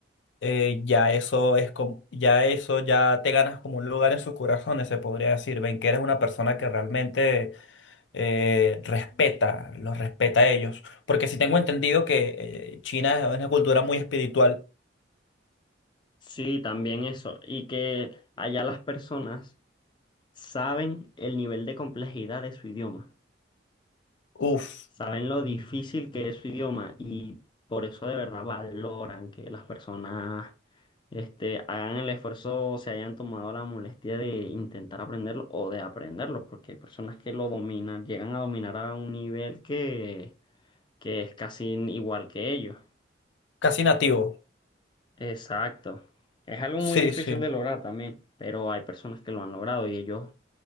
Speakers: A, on the left (about 80°); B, on the left (about 25°).
A: eh, ya eso es como, ya eso ya te ganas como un lugar en sus corazones, se podría decir. Ven que eres una persona que realmente eh, respeta, los respeta a ellos. Porque si tengo entendido que eh, China es una cultura muy espiritual.
B: Sí, también eso. Y que allá las personas saben el nivel de complejidad de su idioma.
A: Uf,
B: saben lo difícil que es su idioma y por eso de verdad valoran que las personas este, hagan el esfuerzo, o se hayan tomado la molestia de intentar aprenderlo o de aprenderlo, porque hay personas que lo dominan, llegan a dominar a un nivel que, que es casi igual que ellos.
A: casi nativo.
B: Exacto. Es algo muy
A: Sí,
B: difícil
A: sí.
B: de lograr también, pero hay personas que lo han logrado y ellos